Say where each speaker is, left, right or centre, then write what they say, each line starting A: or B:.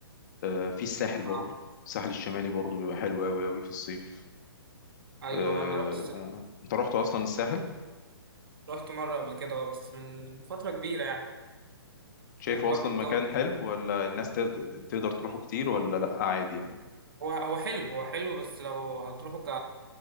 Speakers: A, on the left; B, on the right.
A: آه، في الساحل برضو
B: آه.
A: الساحل الشمالي برضو بيبقى حلو قوي قوي في الصيف
B: ايوه
A: آه،
B: انا رحت الساحل
A: آه، انت رحت اصلا الساحل
B: رحت مره قبل كده آه، بس من فتره كبيره يعني
A: شايفه
B: يعني برضو
A: اصلا مكان
B: الجو
A: حلو ولا الناس تقد- تقدر تروحه كتير ولا لا عادي يعني
B: هو هو حلو هو حلو بس لو هتروحوا